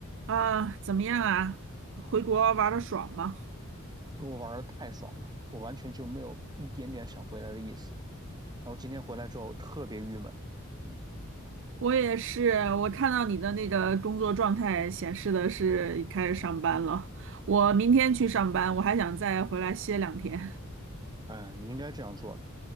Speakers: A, on the right; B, on the right.
A: 啊，怎么样啊？回国玩的爽吗？
B: 我玩的太爽了，我完全就没有一点点想回来的意思。然后今天回来之后特别郁闷，嗯，
A: 我也是，我看到你的那个工作状态显示的是开始上班了。我明天去上班，我还想再回来歇两天。
B: 嗯，你应该这样做的。